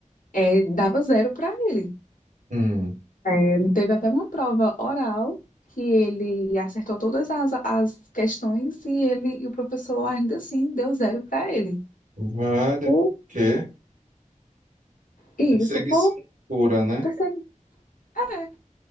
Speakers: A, on the left; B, on the right.
A: é, dava zero para ele.
B: Hum,
A: É, teve até uma prova oral que ele acertou todas as, as questões e ele e o professor ainda assim deu zero para ele.
B: vale,
A: Por,
B: porque
A: isso
B: perseguição
A: por
B: pura, né?
A: persegui- é,